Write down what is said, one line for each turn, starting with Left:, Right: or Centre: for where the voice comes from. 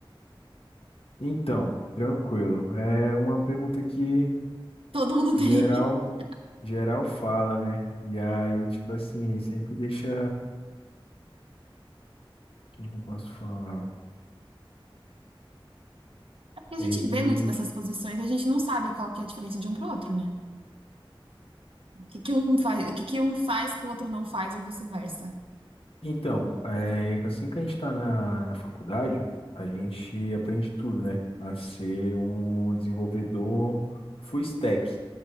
Left: Então, tranquilo. É uma pergunta que
Right: Todo mundo tem.
Left: geral,
Right: <laughs>
Left: geral fala, né? E aí, tipo assim, sempre deixa. Como que eu posso falar?
Right: Porque a
Left: Ele.
Right: gente vê muito dessas posições e a gente não sabe qual que é a diferença de um pro outro, né? O que que um faz, o que que um faz que o outro não faz ou vice-versa.
Left: Então, é, assim que a gente tá na, na faculdade, a gente aprende tudo, né? A ser um desenvolvedor full stack.